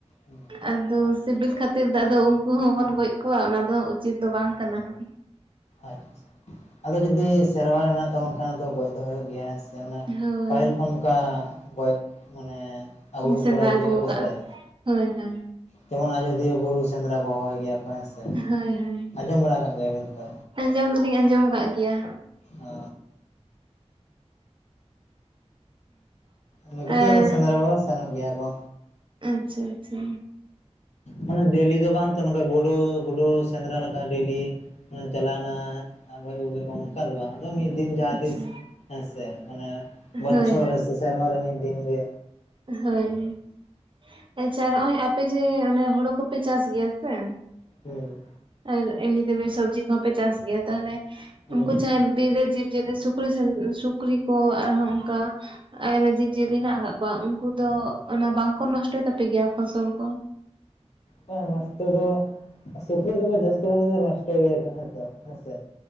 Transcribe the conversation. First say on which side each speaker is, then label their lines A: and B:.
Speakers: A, on the left; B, on the right.
A: ᱦᱩᱸ,
B: ᱟᱫᱚ ᱥᱤᱵᱤᱞ ᱠᱷᱟᱹᱛᱤᱨ ᱫᱚ ᱟᱫᱚ ᱩᱝᱠᱩ ᱦᱚᱸᱵᱚᱱ ᱜᱚᱡ ᱠᱚᱣᱟ ᱚᱱᱟ ᱫᱚ ᱦᱟᱸᱜ ᱩᱪᱤᱛ ᱫᱚ ᱵᱟᱝ ᱠᱟᱱᱟ ᱦᱟᱸᱜ᱾
A: ᱟᱪᱷᱟ ᱟᱫᱚ ᱡᱩᱫᱤ ᱥᱮᱨᱣᱟ ᱨᱮ ᱢᱮᱱᱟᱜ ᱛᱟᱵᱚᱱ ᱠᱷᱟᱱ ᱟᱫᱚ ᱜᱚᱡ ᱫᱚ ᱦᱩᱭᱩᱜ ᱜᱮᱭᱟ ᱦᱮᱸᱥᱮ ᱚᱱᱟ
B: ᱦᱳᱭ
A: ᱯᱟᱹᱦᱤᱞ ᱠᱷᱚᱱ ᱚᱜᱠᱟ ᱜᱚᱡ ᱢᱟᱱᱮ ᱦᱮᱸ ᱟᱹᱜᱩ
B: ᱥᱮᱸᱫᱽᱨᱟ
A: ᱠᱚᱨᱟᱣ ᱟᱹᱜᱩᱭᱮᱜᱼᱟ
B: ᱟᱹᱜᱩ
A: ᱠᱚ
B: ᱠᱟᱜᱼᱟ
A: ᱥᱮ ᱦᱮᱸ
B: ᱦᱳᱭ ᱦᱳᱭ
A: ᱡᱮᱢᱚᱱ ᱟᱡᱚᱫᱤᱭᱟᱹ ᱵᱩᱨᱩ ᱥᱮᱸᱫᱽᱨᱟ ᱠᱚ ᱦᱚᱦᱚᱭ ᱜᱮᱭᱟ ᱠᱚ ᱦᱮᱸ ᱥᱮ
B: ᱦᱳᱭ ᱦᱳᱭ
A: ᱟᱸᱡᱚᱢ ᱵᱟᱲᱟ ᱠᱟᱜ ᱜᱮᱭᱟᱵᱤᱱ ᱛᱚ?
B: ᱟᱸᱡᱚᱢ ᱫᱚᱞᱤᱧ ᱟᱸᱡᱚᱢ ᱠᱟᱜ ᱜᱮᱭᱟ ᱦᱟᱸᱜ᱾
A: ᱚ ᱩᱱᱟᱹ ᱠᱷᱟᱛᱤᱨ
B: ᱟᱨ
A: ᱟᱫᱚ ᱥᱮᱸᱫᱽᱨᱟ ᱠᱚᱫᱚ ᱥᱮᱱᱚᱜ ᱜᱮᱭᱟ ᱠᱚ᱾
B: ᱟᱪᱷᱟ ᱟᱪᱷᱟ
A: ᱢᱟᱱᱮ ᱰᱮᱞᱤ ᱫᱚ ᱵᱟᱝ ᱠᱟᱱᱩᱢ ᱜᱩᱰᱩ ᱜᱩᱰᱩ ᱥᱮᱸᱫᱽᱨᱟ ᱞᱮᱠᱟ ᱰᱮᱞᱤ ᱪᱟᱞᱟᱣᱱᱟ ᱟ ᱜᱚᱡ ᱟᱹᱜᱩ ᱠᱮᱜ ᱠᱚᱣᱟᱢ ᱠᱟ ᱫᱚ ᱵᱟᱝ ᱟᱫᱚ ᱢᱤᱜ ᱫᱤᱱ ᱡᱟᱦᱟᱸ
B: ᱟᱪᱪᱷᱟ
A: ᱛᱤᱥ ᱦᱮᱸᱥᱮ ᱢᱟᱱᱮ ᱵᱚᱪᱷᱚᱨ
B: ᱦᱳᱭ
A: ᱨᱮ ᱥᱮ ᱥᱮᱨᱢᱟ ᱨᱮ ᱢᱤᱜ ᱫᱤᱱ ᱜᱮ᱾
B: ᱦᱟᱹᱭ ᱟᱪᱷᱟ ᱦᱚᱜᱼᱚᱭ ᱟᱯᱮ ᱡᱮ ᱚᱱᱟ ᱦᱩᱲᱩ ᱠᱚᱯᱮ ᱪᱟᱥ ᱜᱮᱭᱟ ᱥᱮ?
A: ᱦᱮᱸ
B: ᱟᱨ ᱮᱢᱱᱤ ᱛᱮ ᱥᱚᱵᱡᱤ ᱠᱚᱦᱚᱸ ᱯᱮ ᱪᱟᱥ ᱜᱮᱭᱟ ᱛᱟᱦᱞᱮ
A: ᱦᱩᱸ
B: ᱩᱱᱠᱩ ᱡᱟᱦᱟᱸᱭ ᱵᱤᱨ ᱨᱮ ᱡᱤᱵᱽ ᱡᱤᱭᱟᱹᱞᱤ ᱥᱩᱠ ᱠᱨᱤ ᱥᱮᱱ ᱥᱩᱠᱨᱤ ᱠᱚ ᱟᱨᱦᱚᱸ ᱚᱝᱠᱟ ᱟᱭᱢᱟ ᱡᱤᱵᱽᱡᱤᱭᱟᱹᱞᱤ ᱦᱮᱱᱟᱜ ᱠᱟᱜ ᱠᱚᱣᱟ ᱩᱝᱠᱩ ᱫᱚ ᱚᱱᱟ ᱵᱟᱝᱠᱚ ᱱᱚᱥᱴᱚᱭ ᱛᱟᱯᱮᱜ ᱜᱮᱭᱟ ᱯᱷᱚᱥᱚᱞ ᱠᱚ?
A: ᱦᱮᱸ ᱱᱚᱥᱴᱚ ᱫᱚ ᱥᱩᱠᱨᱤ ᱫᱚᱠᱚ ᱡᱟᱹᱥᱛᱤ ᱠᱟᱭ ᱛᱮᱠᱚ ᱱᱚᱥᱴᱚ ᱜᱮᱭᱟ ᱦᱮᱸ ᱛᱚ ᱦᱮᱸᱥᱮ᱾